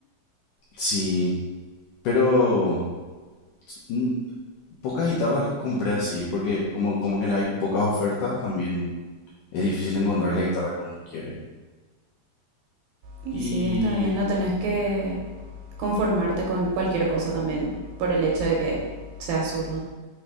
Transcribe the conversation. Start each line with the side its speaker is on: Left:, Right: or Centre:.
Left: Sí, pero mm, pocas guitarras las compré así, porque como, como que no hay pocas ofertas, también es difícil encontrar la guitarra que uno quiere.
Right: Y
Left: Y
Right: sí, está bien, no tenés que conformarte con cualquier cosa también por el hecho de que seas zurdo.